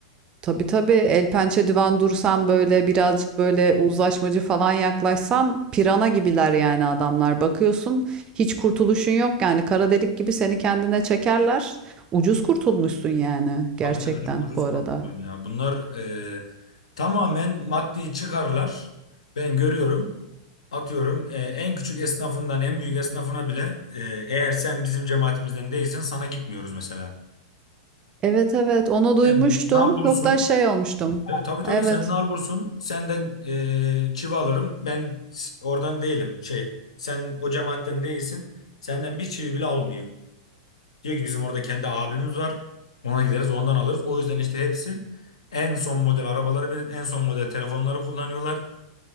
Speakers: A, on the right; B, on the left.
A: Tabii tabii el pençe divan dursan böyle birazcık böyle uzlaşmacı falan yaklaşsan pirana gibiler yani adamlar. Bakıyorsun hiç kurtuluşun yok yani kara delik gibi seni kendine çekerler. Ucuz kurtulmuşsun yani gerçekten
B: Abi tabii çok ucuz
A: bu arada.
B: kurtuldum ya. Bunlar e, tamamen maddi çıkarlar. Ben görüyorum. Atıyorum e, en küçük esnafından en büyük esnafına bile e, eğer sen bizim cemaatimizden değilsen sana gitmiyoruz mesela.
A: Evet evet onu duymuştum.
B: Sen bir nalbursun.
A: Çok da şey olmuştum.
B: Evet tabii tabii
A: Evet
B: sen nalbursun. Senden eee çivi alırım. Ben s- oradan değilim. Şey sen o cemaatten değilsin. Senden bir çivi bile almıyor. Diyor ki bizim orada kendi abimiz var. Ona gideriz ondan alırız. O yüzden işte hepsi en son model arabaları benim en son model telefonları kullanıyorlar.